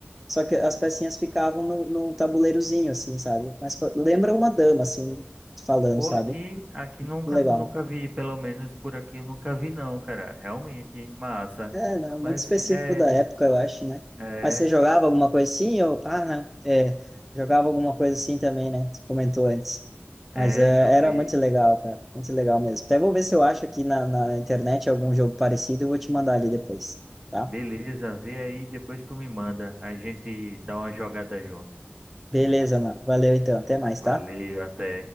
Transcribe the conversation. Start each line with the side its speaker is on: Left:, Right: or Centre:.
Centre: Só que as pecinhas ficavam no, no tabuleirozinho, assim, sabe? Mas pa- lembra uma dama, assim, falando,
Right: Pô,
Centre: sabe?
Right: aqui, aqui nunca,
Centre: Legal.
Right: nunca vi, pelo menos por aqui eu nunca vi não, cara. Realmente, massa.
Centre: É, não,
Right: Mas
Centre: muito específico
Right: é,
Centre: da época, eu acho, né?
Right: é,
Centre: Mas você jogava alguma coisa assim? Ou... Ah, não. É, jogava alguma coisa assim também, né? Você comentou antes. Mas
Right: é,
Centre: é,
Right: joguei.
Centre: era muito legal, cara. Muito legal mesmo. Até vou ver se eu acho aqui na, na internet algum jogo parecido. e vou te mandar ali depois, tá?
Right: Beleza, vê aí, depois tu me manda. A gente dá uma jogada junto.
Centre: Beleza, mano. Valeu então. Até mais,
Right: Valeu,
Centre: tá?
Right: até.